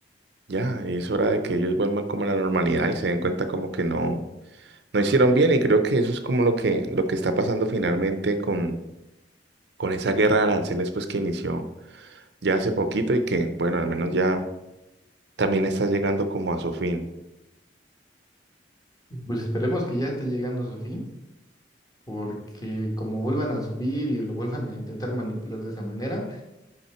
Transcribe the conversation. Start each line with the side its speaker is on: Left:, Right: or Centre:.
Right: ya es hora de que ellos vuelvan como a la normalidad y se den cuenta como que no, no hicieron bien y creo que eso es como lo que, lo que está pasando finalmente con, con esa guerra de aranceles pues que inició ya hace poquito y que bueno, al menos ya También está llegando como a su fin.
Left: Pues esperemos que ya esté llegando a su fin, porque como vuelvan a subir y lo vuelvan a intentar manipular de esa manera,